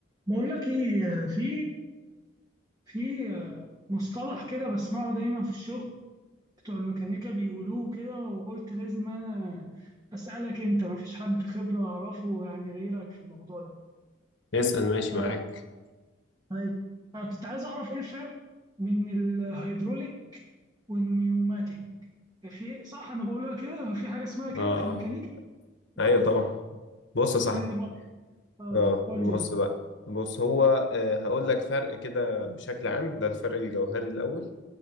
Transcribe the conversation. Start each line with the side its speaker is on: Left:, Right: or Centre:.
Right: بقول لك ايه في في مصطلح كده بسمعه دايما في الشغل بتوع الميكانيكا بيقولوه كده وقلت لازم انا اسالك انت ما فيش حد خبره اعرفه يعني غيرك في الموضوع ده
Left: اسأل ماشي
Right: ف-
Left: معاك
Right: أيوة. أنا كنت عايز اعرف ايه الفرق بين الهيدروليك والنيوماتيك في صح انا بقولها كده في حاجه اسمها كده
Left: اه
Right: في الميكانيكا
Left: اه ايوه
Right: غلط
Left: طبعا بص يا صاحبي
Right: في الم... اه
Left: اه
Right: قول
Left: بص
Right: لي
Left: بقى بص هو آه، هقول لك فرق كده بشكل عام ده الفرق الجوهري الاول